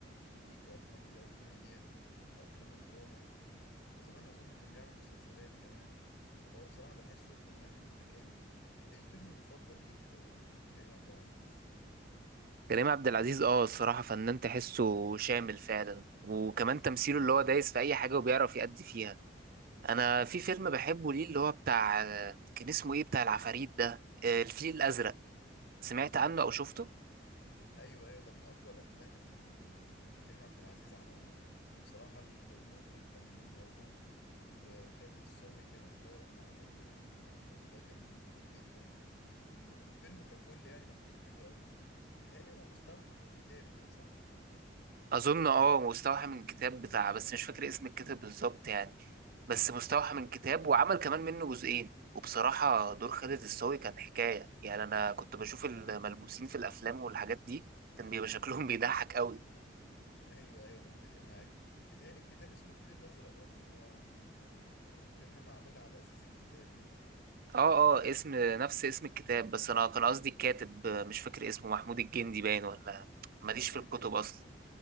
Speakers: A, on the left; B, on the right.
A: ويديك في أفلام اللي هي الكوميديا وأفلام الدراما وزمان أظن كان بيعمل مسلسلات كمان فهو بصراحة بحسه الفنان المتكامل أنت إيه الفيلم المفضل ليك آه، لكريم عبد العزيز؟
B: كريم عبد العزيز اه الصراحه فنان تحسه شامل فعلا وكمان تمثيله اللي هو دايس في اي حاجه وبيعرف يأدي فيها انا في فيلم بحبه ليه اللي هو بتاع آه، كان اسمه ايه بتاع العفاريت ده آه، الفيل الازرق سمعت عنه او شفته
A: ايوه ايوه ده من اقوى الافلام ال- اللي كريم عبد العزيز عملها وبصراحه ال- المخرج كان موهوب و- وخالد الصاوي كمان اللي هو لما عمل دور الملبوس ده كان موهوب جدا وال- والفيلم ككل يعني مكتوب حلو قوي بيتهيألي هو مستوحى من كتاب كده صح
B: اظن اه مستوحى من كتاب بتاع بس مش فاكر اسم الكتاب بالظبط يعني بس مستوحى من كتاب وعمل كمان منه جزئين وبصراحة دور خالد الصاوي كان حكاية يعني انا كنت بشوف الملبوسين في الافلام والحاجات دي كان بيبقى شكلهم <laughs> بيضحك قوي
A: <laughs> ايوه ايوه انا متفق معاك بيتهيألي الكتاب اسمه الفيل الازرق برضه هو يعني ال- ال- الفيلم معمول على اساس الكتاب يعني
B: اه اه اسم نفس اسم الكتاب بس انا كان قصدي الكاتب مش فاكر اسمه محمود الجندي باين ولا ماليش في
A: ايوه
B: الكتب
A: ايوه
B: اصلا
A: ايوه